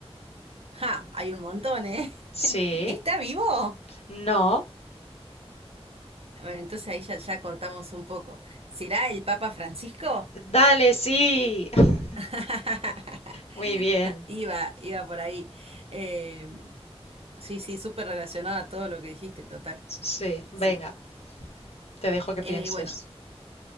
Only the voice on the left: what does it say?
sí,
no.
Dale, sí. <laughs>
Muy bien.
Sí, venga,
te dejo que pienses.